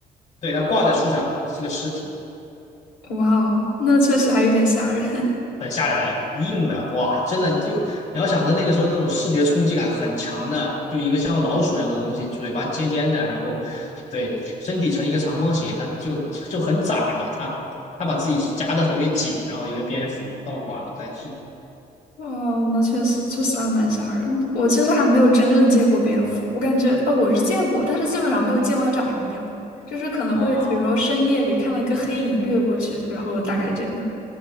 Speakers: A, on the left; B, on the left.
A: 对，它挂在树上是个尸体，
B: 哇哦，那确实还有点吓人。
A: 很吓人，硬的，哇，真的就你要想着那个时候那种视觉冲击感很强的，就一个像老鼠一样的东西，嘴巴尖尖的，然后对身体呈一个长方形，它就就很窄嘛，它它把自己夹得特别紧，然后一个蝙蝠倒挂着在树
B: 哦，那确实确实还蛮吓人的。我其实还没有真正见过蝙蝠，我感觉哦，我是见过，但是基本上没有见过它长什么样，就是可能会比如说深夜里看到一个黑影掠过去，
A: 啊，
B: 然后大概这个